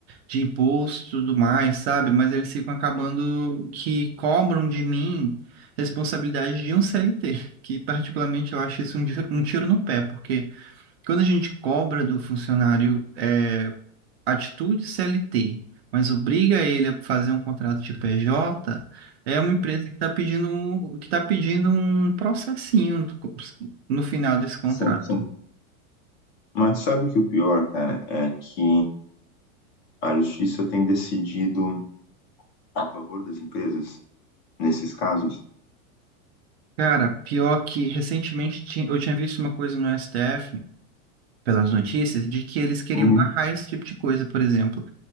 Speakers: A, on the right; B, on the left.
A: de imposto e tudo mais, sabe? Mas eles ficam acabando que cobram de mim responsabilidade de um CLT, <laughs> que particularmente eu acho isso um, di- um tiro no pé, porque quando a gente cobra do funcionário, é, atitude CLT, mas obriga ele a fazer um contrato de PJ, é uma empresa que está pedindo, um- que tá pedindo um processinho no final desse contrato.
B: Sim, sim. Mas sabe que o pior, cara, é que a justiça tem decidido a favor das empresas nesses casos?
A: Cara, pior que recentemente ti- eu tinha visto uma coisa no STF, pelas notícias, de que eles queriam
B: Uhum.
A: barrar esse tipo de coisa, por exemplo.